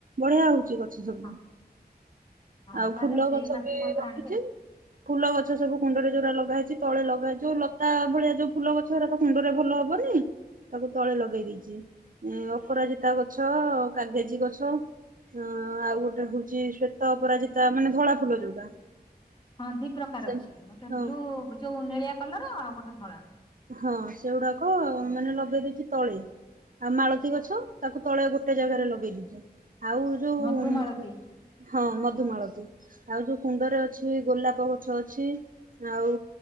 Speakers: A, on the right; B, on the left.
A: ବଢିଆ ହଉଛି ଗ ଅଛି ସବୁ
B: ହଁ ହଁ
A: ଆଉ
B: ତାହେଲେ
A: ଫୁଲ
B: ସେଇ
A: ଗଛ
B: ମାଟି
A: ବି
B: ମତରେ
A: ରଖିଛି।
B: ଆଣିବେ।
A: ଫୁଲ ଗଛ ସବୁ କୁଣ୍ଡରେ ଯୋଉା ଲଗା ହେଇଛି ତଳେ ଲଗାହେଇଛିଉ ଲତା ଭଳିଆ ଯୋଉ ଫୁଲ ଗଛ ହେରା ତ କୁଣ୍ଡ ରେ ଭଲ ହବନି ତାକୁ ତଳେ ଲଗେଇ ଦେଇଛି ଏ ଅପରାଜିତା ଗଛ କାଗେଜି ଗଛ ଅ ଆଉ ଗୋଟେ ହଉଛି। ଶ୍ଵେତ ଅପରାଜିତା ମାନେ ଧଳା ଫୁଲ ଯୋଉଟା।
B: ହଁ ଦି ପ୍ରକାର
A: ସେ
B: ଅଛି ଗୋଟେ
A: ହଁ
B: ବ୍ଲୁ ଯୋଉ ନଳିଆ। କଲର ଆଉ ଗୋଟେ ଧଳା।
A: ହଁ ସେଗୁଡାକ ମାନେ ଲଗେଇ ଦେଇଛି ତଳେ ଆଉ ମାଳତୀ ଗଛ ତାକୁ ତଳେ ଗୋଟେ ଜାଗାରେ ଲଗେଇ ଦେଇଛି। ଆଉ ଯୋଉ।
B: ମଧୁମାଳତୀ
A: ହଁ ମଧୁମାଳତୀ ଆଉ ଯୋଉ କୁଣ୍ଡରେ ଅଛି ଗୋଲାପ ଗଛ ଅଛି ଆଉ